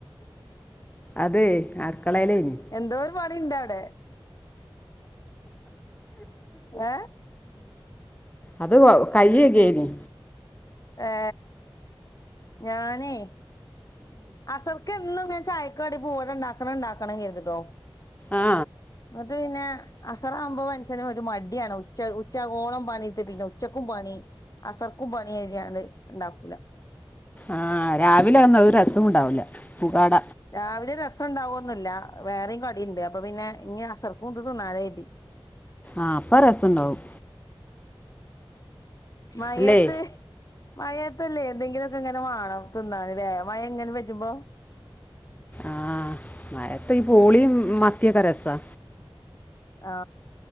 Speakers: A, on the left; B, on the left.
A: അതെ അട്ക്കളേലേനി
B: എന്തോ ഒരു പണി ഇണ്ട് അവിടെ ഏ
A: അത് കയ്യകേനി
B: ഏ ഞാനെ അസർക്ക് എന്നും ചായക്കടി പൂവട ഇണ്ടാക്കണം ഇണ്ടാക്കണം കെർതുട്ടോ
A: ആ
B: ങ്ങട്ട് പിന്നെ അസറാവുമ്പോ മൻസൻ ഒരു മടിയാണ് ഉച്ച ഉച്ചാകോളം പണിയിട്ത്ത് പിന്നെ ഉച്ചക്കും പണി അസർക്കും പണിയ്നാണ്ട് ഇണ്ടാക്കൂല
A: ആ രാവിലെ അയൊന്നും ഒരസം ഉണ്ടാവൂല പുകാട
B: രാവിലെ രസണ്ടാവോന്നുല്ല വേറിം കടിണ്ട് അപ്പൊ പിന്നെ ഇഞ്ഞ് അസർക്കും ഇത് തിന്നാലോ കെർതി
A: ആ അപ്പൊ രസണ്ടാവും
B: മഴയത്ത്
A: അല്ലേ
B: മയ ല്ലേ എന്തെങ്കിലുക്കെ ഇങ്ങനെ വാണം തിന്നാന്ലേ മഴ ഇങ്ങനെ പേജുമ്പോ
A: ആ മഴയത്ത് ഈ പൂളീം മത്തിയൊക്കെ രസാ
B: ആ